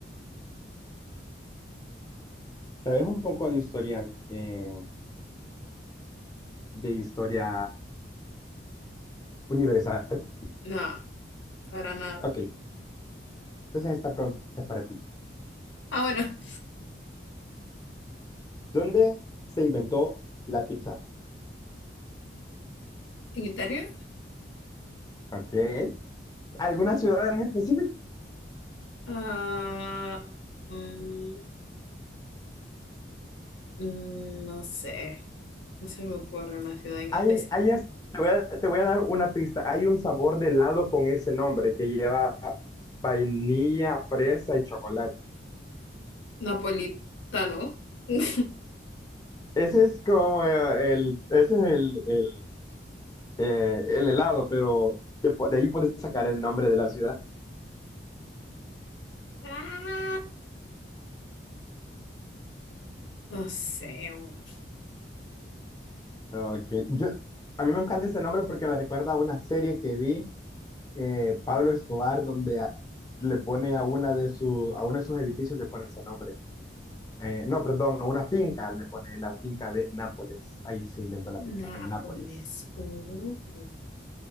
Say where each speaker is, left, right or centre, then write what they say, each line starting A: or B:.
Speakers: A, on the left; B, on the left.
A: ¿Sabes un poco de historia, eh, de historia universal?
B: No, para nada.
A: Ok. Entonces, esta pregunta es para ti.
B: Ah, bueno,
A: ¿Dónde se inventó la pizza?
B: en Italia.
A: Ok. ¿Alguna ciudad en específico?
B: Ah, mm, mm, no sé, no se me ocurre una ciudad en
A: Hay,
B: especial.
A: hay as- te voy a, te voy a dar una pista. Hay un sabor de helado con ese nombre que lleva vainilla, fresa y chocolate.
B: Napolitano. <laughs>
A: Ese es como eh, el, ese es el, el, eh, el helado, pero te po- de ahí puedes sacar el nombre de la ciudad.
B: Ah, no sé, oh,
A: Ok, yo, a mí me encanta ese nombre porque me recuerda a una serie que vi. eh, Pablo Escobar, donde a- le pone a una de su, a uno de sus edificios le pone ese nombre. Eh, no, perdón, a una finca le pone la finca de Nápoles. Ahí se inventó la pizza,
B: Nápoles.
A: en Nápoles.
B: Oh,